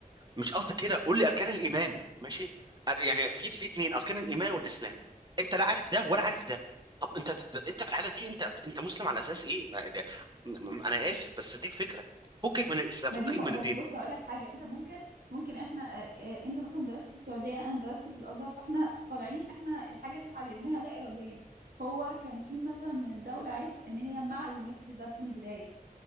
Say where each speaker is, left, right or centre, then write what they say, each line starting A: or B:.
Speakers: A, on the right; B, on the right.
A: مش قصدي كده قول لي اركان الايمان ماشي أر- يعني في في اتنين اركان الايمان والاسلام انت لا عارف ده ولا عارف ده طب انت انت في الحاله دي انت انت مسلم على اساس ايه ما- ده- م- انا اسف بس دي الفكره فكك من الاسلام
B: ما
A: فكك
B: دي م...
A: من
B: بس
A: الدين
B: بص هقول لك حاجه انت ممكن ممكن احنا آه، آه، انت مثلا درست في السعوديه انا درست في الازهر فاحنا طالعين احنا الحاجه دي اتعلمناها لا اراديا هو كان في مثلا من الدوله عيب ان هي ما علمتش ده من البدايه